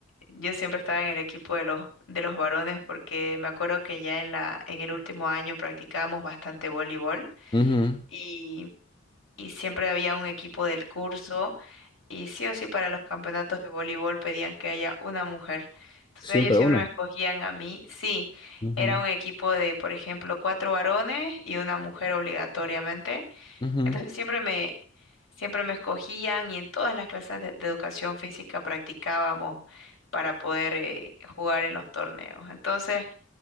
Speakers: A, on the left; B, on the left.
A: yo siempre estaba en el equipo de los, de los varones porque me acuerdo que ya en la, en el último año practicábamos bastante voleibol
B: Ujú.
A: y, y siempre había un equipo del curso y sí o sí para los campeonatos de voleibol pedían que haya una mujer. Entonces
B: Siempre
A: ellos siempre
B: una.
A: me escogían a mí. Sí,
B: Ujú.
A: era un equipo de, por ejemplo, cuatro varones y una mujer obligatoriamente.
B: Ujú.
A: Entonces siempre me, siempre me escogían y en todas las clases de, de educación física practicábamos para poder eh, jugar en los torneos. Entonces...